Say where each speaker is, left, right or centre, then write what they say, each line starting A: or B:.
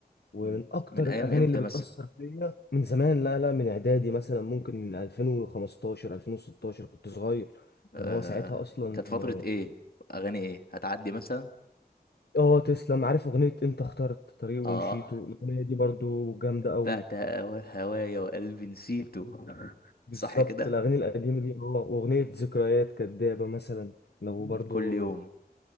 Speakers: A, on the left; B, on the left.
A: ومن
B: مم.
A: اكتر
B: من ايام
A: الاغاني
B: امتى
A: اللي بتأثر
B: مثلا
A: فيا من زمان لا لا من اعدادي مثلا ممكن من 2015 2016 كنت صغير
B: آه...
A: كان هو ساعتها اصلا
B: كانت فترة
A: اه
B: ايه اغاني ايه هتعدي مثلا
A: آه، تسلم عارف اغنية انت اخترت طريق
B: اه
A: ومشيته الاغنية دي برضو جامدة
B: بعت
A: قوي
B: هوا- هوايا وقلبي نسيته <laughs>
A: بالظبط
B: صح كده
A: الأغاني القديمة دي اه وأغنية ذكريات كدابة مثلا لو
B: مم،
A: برضو
B: كل يوم